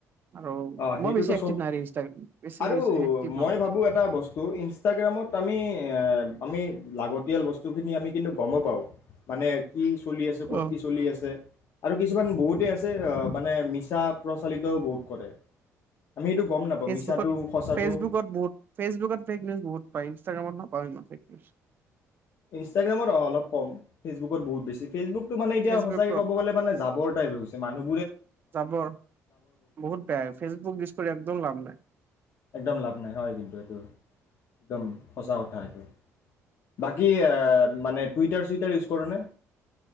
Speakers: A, on the right; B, on the left.
A: আৰু
B: অ', সেইটোতো
A: মই বেছি এক্টিভ
B: চব
A: নাই দেই ইনষ্টাগ্ৰাম বেছি
B: আৰু
A: এক্টিভ নহয়।
B: মই ভাবোঁ এটা বস্তু ইনষ্টাগ্ৰামত আমি আমি লাগত <unintelligible> বস্তুখিনি আমি কিন্তু গমো পাওঁ, মানে কি চলি আছে, ক'ত
A: অ'।
B: কি চলি আছে। আৰু কিছুমান বহুতেই আছে আ মানে মিছা প্ৰচালিতও বহুত কৰে। আমি সেইটো গম নাপাওঁ
A: ফেচবুকত-ফেচবুকত
B: মিছাটো সঁচাটো
A: বহুত ফেচবুকত ফেক নিউজ বহুত পায় ইনষ্টাগ্ৰামত নাপাওঁ ইমান। <unintelligible>
B: ইনষ্টাগ্ৰামত অ-অলপ কম, ফেচবুকত বহুত বেছি। ফেচবুকটো মানে এতিয়া
A: ফেচবুকত
B: সঁচাকে কব গ'লে মানে জাবৰ। <unintelligible> মানুহ
A: জাবৰ বহুত বেয়া ফেচবুক ইউজ কৰি একদম লাভ নাই।
B: একদম লাভ নাই হয় কিন্তু এইটো। একদম সঁচা কথা এইটো বাকী। ই মানে টুইতাৰ চুইতাৰ ইউচ কৰা নে।